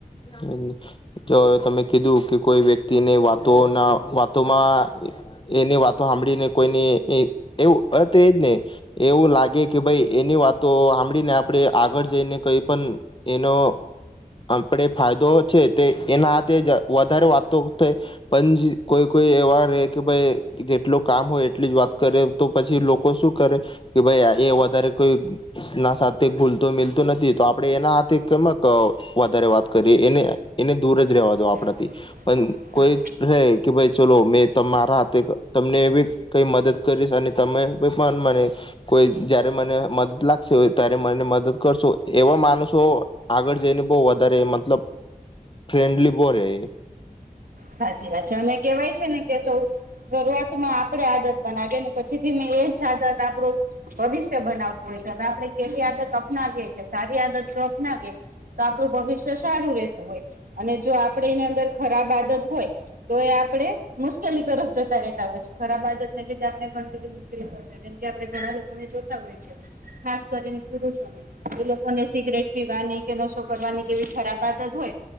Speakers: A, on the left; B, on the right.
A: હમ. જો તમે કીધું કે કોઈ વ્યક્તિને વાતો ના વાતોમાં એની વાતો સાંભળીને કોઈની એવું અ તે એજ ને. એવું લાગે કે ભાઈ એની વાતો સાંભળીને આપણે આગળ જઈને કઈ પણ એનો આપણે ફાયદો છે તે એના હાથે વધારે વાતો પં કોઈ કોઈ એવા રે કે ભાઈ જેટલું કામ હોય એટલી જ વાત કરે તો પછી લોકો શું કરે કે ભાઈ એ વધારે કોઈ ના સાથે ભૂલતો મિલતો નથી તો આપડે એના હાથે કમક વધારે વાત કરી એને એને દૂર જ રેવા
B: છે.
A: દો આપણાથી પણ
B: હા
A: કોઈ કહે કે ભાઈ ચલો મેં તમારા હાથે તમને કઈ મદદ કરીશ અને તમે કો પણ મને કોઈ જયારે મને મદદ લાગશે હોય ત્યારે મને મદદ કરશો એવા માણસો આગળ જઈને બહુ વધારે મતલબ ફ્રેન્ડલી બહુ રે એ
B: સાચી વાત છે અને કેવાય છે ને કે શો શરૂઆતમાં આપણેે આદત બનાવીએ ને પછી થી મેં એજ આદત આપણું ભવિષ્ય બનાવતું હોય છે એટલે આપડે કેવી આદત અપનાવીએ છીએ સારી આદત જો અપનાવીએ તો આપણું ભવિષ્ય સારું રહેતું હોય અને જો આપડે એની અંદર ખરાબ આદત હોય તો એ આપડે મુશ્કેલી તરફ જતા રહેતા હોય છે. ખરાબ આદત ને લીધે આપણે ગણ જેમ આપણે ઘણા લોકોને જોતા હોય છે ખાસ કરીને પુરુષોને એ લોકોને સિગરેટ પીવાની કે નશો કરવાની કેવી ખરાબ આદત હોય